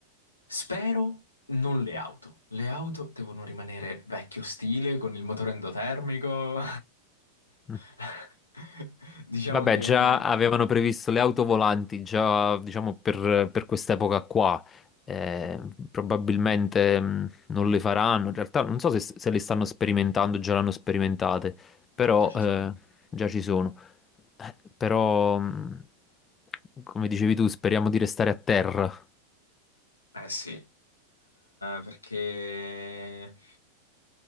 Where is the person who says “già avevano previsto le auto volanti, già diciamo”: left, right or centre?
Left